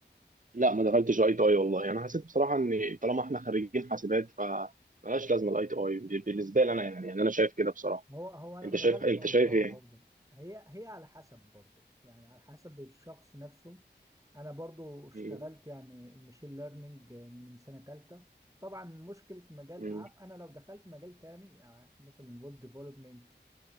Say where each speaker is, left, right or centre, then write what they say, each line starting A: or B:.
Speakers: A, on the right; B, on the right.
A: لا ما دخلتش الاي تي اي والله يعني انا حسيت بصراحه ان طالما احنا خريجين حاسبات فمالهاش لازمه الاي تي اي بالنسبه لي انا يعني يعني انا شايف كده بصراحه
B: هو هو انا
A: انت
B: ما
A: شايف
B: دخلتش
A: انت
B: اي تي اي
A: شايف ايه؟
B: برضه هي هي على حسب برضه يعني على حسب الشخص نفسه انا برضه اشتغلت
A: مم.
B: يعني المشين ليرنينج من سنه ثالثه طبعا مشكله مجال
A: مم.
B: عارف انا لو دخلت مجال تاني يعني مثلا ويب ديفلوبمنت